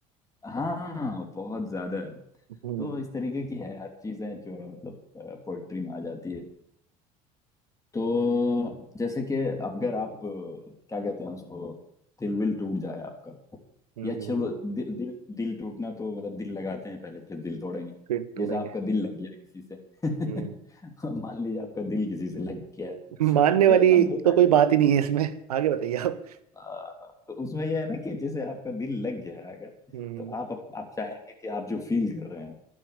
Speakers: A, on the left; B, on the right.
A: हाँ बहुत ज्यादा
B: हम्म
A: तो इस तरीके की है हर चीजें जो है मतलब पोइट्री में आ जाती है तो जैसे कि अगर आप अ, क्या कहते हैं उसको दिल विल टूट जाए आपका
B: हम्म
A: या चलो दिल दिल दिल टूटना तो मतलब दिल लगाते हैं पहले फिर दिल तोड़ेंगे
B: फिर तोड़ेंगे
A: जैसे आपका दिल लग गया किसी से <laughs>
B: हम्म
A: मान लीजिए आपका दिल किसी से लग गया
B: मानने
A: तो
B: वाली
A: अब होता
B: तो
A: है
B: कोई बात ही नहीं है इसमें आगे बताइए आप
A: आ, तो उसमें यह है ना कि जैसे आपका दिल लग गया है अगर
B: हम्म
A: तो आप आप चाहेंगे कि आप जो फील कर रहे हैं